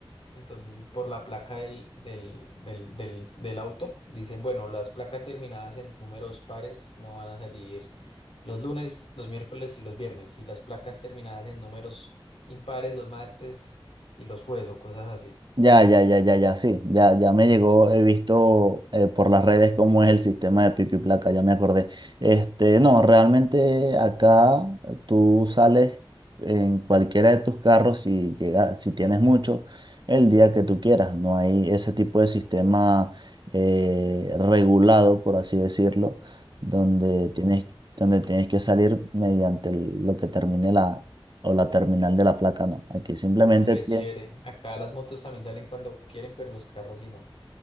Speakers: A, on the left (about 85°); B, on the right (about 50°).
A: Entonces, por la placa del, del, del, del, del auto, dicen, bueno, las placas terminadas en números pares no van a salir los lunes, los miércoles y los viernes. Y las placas terminadas en números impares los martes y los jueves o cosas así.
B: Ya, ya, ya, ya, ya, sí, ya, ya me llegó, he visto eh, por las redes cómo es el sistema de pico y placa, ya me acordé. Este, no, realmente acá eh, tú sales en cualquiera de tus carros si llega, si tienes mucho, el día que tú quieras. No hay ese tipo de sistema eh, regulado, por así decirlo, donde tienes, donde tienes que salir mediante el- lo que termine la, o la terminal de la placa, no. Aquí simplemente
A: Uy, re
B: tienes
A: chévere. Acá las motos también salen cuando quieren, pero los carros sí no.